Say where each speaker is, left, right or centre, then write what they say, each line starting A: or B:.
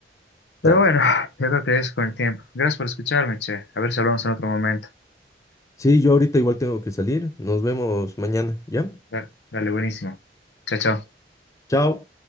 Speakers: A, on the left (about 75°); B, on the left (about 15°).
A: Pero
B: Dale.
A: bueno, yo creo que es con el tiempo. Gracias por escucharme, che. A ver si hablamos en otro momento.
B: Sí, yo ahorita igual tengo que salir. Nos vemos mañana, ¿ya?
A: Dale, dale, buenísimo. Chao, chao.
B: Chao.